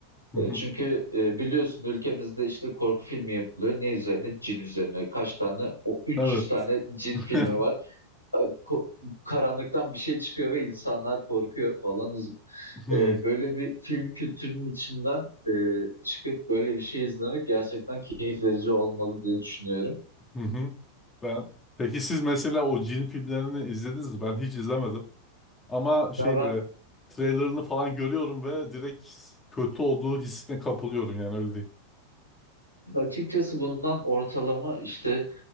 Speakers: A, on the left; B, on the left.
A: Hı
B: E,
A: hı.
B: çünkü e, biliyorsun ülkemizde işte korku filmi yapılıyor. Ne üzerine? Cin üzerine. Kaç tane? O 300
A: Evet.
B: tane cin
A: <laughs>
B: filmi var. E, ko- karanlıktan bir şey çıkıyor ve insanlar korkuyor falan.
A: Hmm.
B: E, böyle bir film kültürünün içinden e, çıkıp böyle bir şey izlemek gerçekten keyif verici olmalı diye düşünüyorum.
A: Hı hı. Ben peki siz mesela o cin filmlerini izlediniz mi? Ben hiç izlemedim. Ama şey
B: Ya ben
A: böyle trailerını falan görüyorum ve direkt kötü olduğu hissine kapılıyorum yani öyle diyeyim.
B: Açıkçası bundan ortalama işte